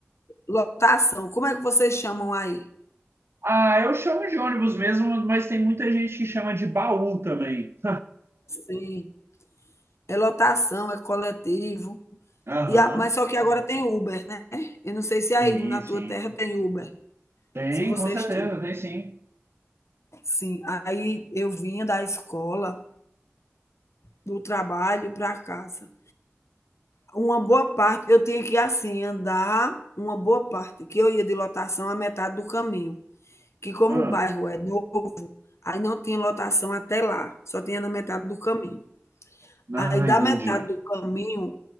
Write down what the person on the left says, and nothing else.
lotação. Como é que vocês chamam aí?
Sim. é lotação, é coletivo.
E a- mas só que agora tem Uber, né? Eu não sei se aí
na
tua terra tem Uber,
se vocês
tinham.
Sim, aí eu vinha da escola, do trabalho para casa. Uma boa parte, eu tinha que assim andar uma boa parte, que eu ia de lotação a metade do caminho, que como
o bairro é novo, aí não tinha lotação até lá, só tinha na metade do caminho.
Aí da
metade do caminho,